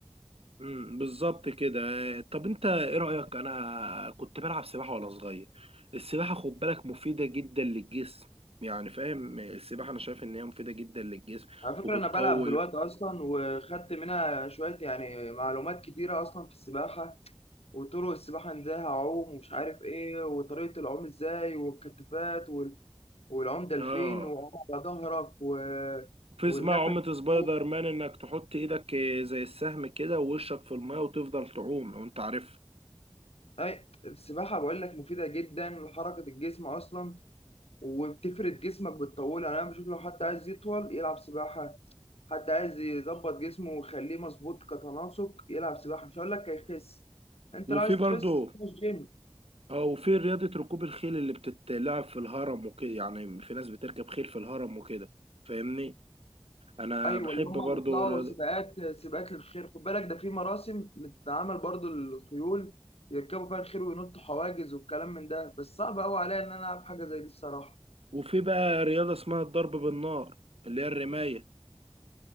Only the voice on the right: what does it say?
امم بالظبط كده طب انت ايه رأيك انا كنت بلعب سباحة وانا صغير السباحة خد بالك مفيدة جدا للجسم يعني فاهم السباحة انا شايف ان هي مفيدة جدا للجسم
وبتقوي
اه
في
اسمها عومة سبايدر
مان انك تحط ايدك زي السهم كده ووشك في الماء وتفضل تعوم لو انت عارف
وفي
برضو
اه وفي رياضة ركوب الخيل اللي بتتلعب في الهرم وكده يعني في ناس بتركب خيل في الهرم وكده فاهمني انا
بحب
برضو
رياضة
وفي بقى رياضة اسمها الضرب بالنار اللي هي الرماية